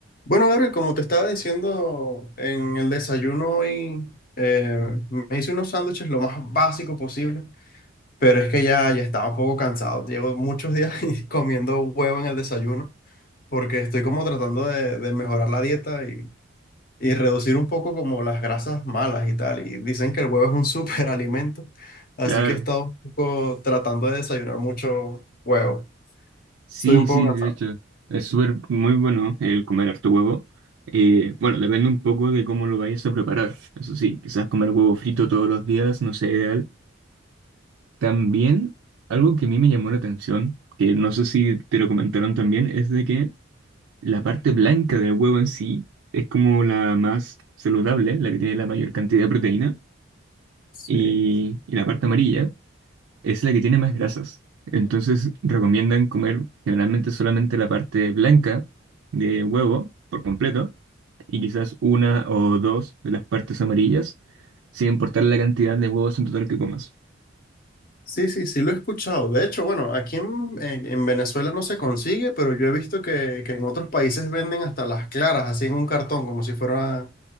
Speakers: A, on the left; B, on the right.
A: Bueno, Gabriel, como te estaba diciendo en el desayuno hoy, eh, me hice unos sándwiches lo más básico posible, pero es que ya, ya estaba un poco cansado. Llevo muchos días <laughs> comiendo huevo en el desayuno porque estoy como tratando de, de mejorar la dieta y, y reducir un poco como las grasas malas y tal. Y dicen que el huevo es un <laughs> superalimento, así
B: Claro,
A: que he estado un poco tratando de desayunar mucho huevo.
B: sí,
A: Estoy un poco
B: sí,
A: cansado.
B: de hecho, es súper muy bueno el comer harto huevo. Eh, bueno, depende un poco de cómo lo vayas a preparar. Eso sí, quizás comer huevo frito todos los días no sea ideal. También, algo que a mí me llamó la atención, que no sé si te lo comentaron también, es de que la parte blanca del huevo en sí es como la más saludable, la que tiene la mayor cantidad de proteína,
A: Sí.
B: y, y la parte amarilla. es la que tiene más grasas. Entonces recomiendan comer generalmente solamente la parte blanca de huevo por completo y quizás una o dos de las partes amarillas, sin importar la cantidad de huevos en total que comas.
A: Sí, sí, sí, lo he escuchado. De hecho, bueno, aquí en, en- en Venezuela no se consigue, pero yo he visto que, que en otros países venden hasta las claras, así en un cartón, como si fuera